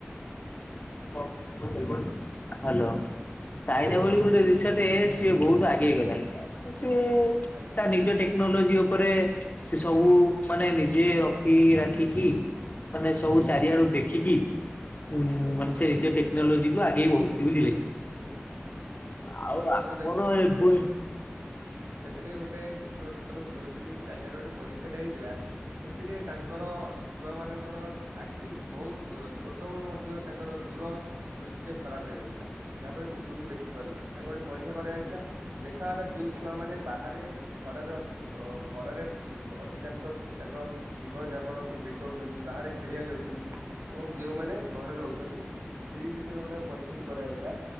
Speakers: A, on the left (about 40°); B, on the right (about 80°).
A: ହ୍ୟାଲୋ। ଚାଇନା ବୋଲି ଗୋଟେ ଦେଶଟେ ସିଏ ବହୁତ ଆଗେଇ ଗଲାଣି। ସିଏ
B: ଆଜ୍ଞା
A: ତା ନିଜ ଟେ ନୋଲୋଜି ଉପରେ
B: ଆଜ୍ଞା
A: ସେ ସବୁ ମାନେ ନିଜେ ରଖି
B: ଆଜ୍ଞା
A: ରାଖିକି ମାନେ ସବୁ
B: ଆଜ୍ଞା।
A: ଚାରିଆଡୁ ଦେଖିକି। ହୁଁ ମାନେ
B: ହୁଁ
A: ସେ ନିଜ ଟେକ୍ନୋଲୋଜିକୁୁ ଆଗେଇ ବଢୁଛି ବୁଝିଲ କି।
B: ହୁଁ।
A: ଆଉ ଆମର
B: ଆପଣ ଦେଖ
A: ଏବେ
B: ହୁଁ ସେଥିରେ ଗୋଟେ କିଛି ବର୍ଷ ତଳେ ମୁଁ ଶୁଣିଥିଲି ଚାଇନାରେ ଗୋଟେ ପରୀକ୍ଷାଟା ହେଇଥିଲା। ସେଥିରେ ତାଙ୍କର ଛୁଆମାନଙ୍କର ଆଖି ବହୁତ ଛୋଟବେଳୁ ମଧ୍ୟ ତାଙ୍କର ଦୂର ଦୃଷ୍ଟିରେ ଖରାପ ହେଇଯାଇଥିଲା ଯାହାଫଳରେ ସେ ଦୂରକୁ ଦେଖି ପାରୁନଥିଲେ ତାଙ୍କୁ ଗୋଟେ ପରୀକ୍ଷା କରାଯାଇଥିଲା ଦେଖା ହେଲା ଯଉଛି ଛୁଆମାନେ ବାହାରେ ଖରାରେ ଖରାରେ ଅଧିକାଂଶ ତାଙ୍କ ଜୀବନ ଯାପନ ବିତଉଛନ୍ତି ବାହାରେ ଖେଳିବାକୁ ଯାଉଛନ୍ତି ଏବଂ ଯେଉଁମାନେ ଘରେ ରହୁଛନ୍ତି ସେଇ ଭିତରେ ଗୋଟେ ପରୀକ୍ଷା କରାଯାଇଥିଲା